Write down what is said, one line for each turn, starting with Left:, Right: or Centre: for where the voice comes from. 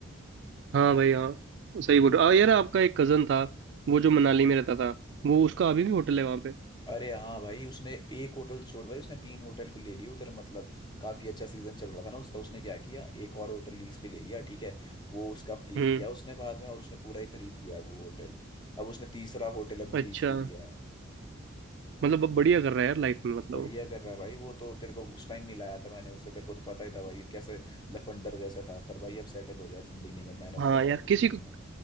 Right: हाँ भाई हाँ सही बोल रहे हो। आ, यार आपका एक कजन था वो जो मनाली में रहता था वो उसका अभी भी होटल है वहाँ पे
Left: अरे हाँ भाई उसने एक होटल छोड़ भाई उसने तीन होटल को ले लिया उधर मतलब काफी अच्छा सीजन चल रहा था ना उसका उसने क्या किया एक और होटल लीज पे ले लिया ठीक है वो उसका फ्री
Right: हम्म
Left: किया उसने बाद में और उसने पूरा ही खरीद लिया वो होटल अब उसने तीसरा होटल अभी
Right: अच्छा
Left: लीज पे लिया है
Right: मतलब अब बढ़िया कर रहा है यार लाइफ में मतलब
Left: बढ़िया
Right: वो।
Left: कर रहा है भाई वो तो तेरे को उस टाइम मिलाया था मैंने उससे तेरे को तो पता ही था भाई कैसे लफंडर जैसा था पर भाई अब सेटल हो गया जिंदगी में मेहनत
Right: हाँ
Left: कर रहा
Right: यार
Left: है अपनी
Right: किसी
Left: जिंदगी
Right: को
Left: में